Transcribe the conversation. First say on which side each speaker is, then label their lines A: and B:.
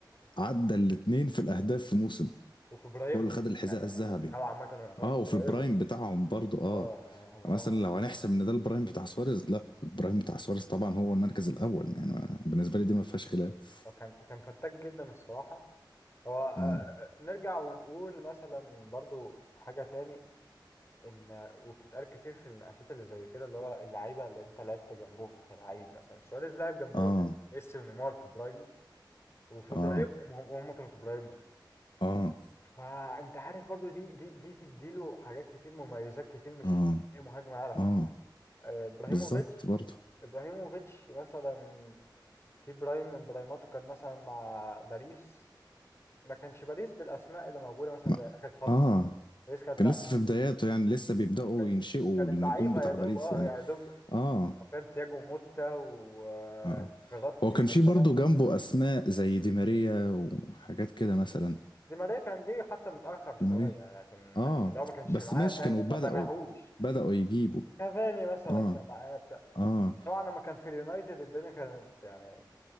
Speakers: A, on the left; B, on the left.
A: عدى الاتنين في الاهداف في موسم
B: وفي إبراهيمهم
A: هو اللي خد الحذاء
B: يعني هم
A: الذهبي
B: نوعا ما كانوا يعتبروا
A: اه
B: في
A: وفي
B: إبراهيمهم
A: البرايم بتاعهم برضو اه
B: اه اه هم
A: فمثلا
B: طبعا
A: لو هنحسب ان ده البرايم بتاع سواريز لا البرايم بتاع سواريز طبعا هو المركز الاول يعني أنا- بالنسبه لي دي ما فيهاش خلاف
B: هو كان كان فتاك جدا الصراحة هو آه آه،
A: اه
B: آه، نرجع ونقول مثلا برضو حاجة تاني ان وبتتقال كتير في المناقشات اللي زي كده اللي هو اللعيبه اللي انت لعبت جنبهم كلاعب مثلا سواريز لعب جنب
A: اه
B: ميسي ونيمار في برايمو وفي برايمهم
A: اه
B: وهم كانوا في برايمهم
A: اه
B: فانت عارف برضو دي دي دي تديله حاجات كتير مميزات كتير مش
A: اه
B: مش اي مهاجم يعرف
A: اه
B: ياخدها آه، ابراهيموفيتش
A: بالظبط برضو
B: ابراهيموفيتش مثلا في برايم من برايماته كان مثلا مع باريس ما كانش باريس بالاسماء اللي موجوده مثلا
A: ما
B: زي اخر فتره
A: اه
B: باريس كانت
A: كان
B: لا
A: لسه في بداياته يعني لسه بيبداوا
B: كانت
A: ينشئوا
B: كانت
A: النجوم
B: ضعيفة
A: بتاع
B: يا دوب
A: باريس
B: اه
A: يعني
B: يا دوب
A: اه
B: سانتياغو موتا وفيراتي
A: اه هو كان في
B: مثلا
A: برضو جنبه اسماء زي دي ماريا وحاجات كده مثلا
B: دي ماريا كان جه حتى متأخر شوية
A: دي ماريا
B: لكن
A: اه
B: يعني لو ما كانش
A: بس
B: معاه
A: ماشي
B: فاهم
A: كانوا
B: ما
A: بدأوا
B: بناهوش
A: بدأوا يجيبوا
B: كافاني مثلا
A: اه
B: كان معاه بتاع
A: اه
B: طبعا لما كان في اليونايتد الدنيا كانت يعني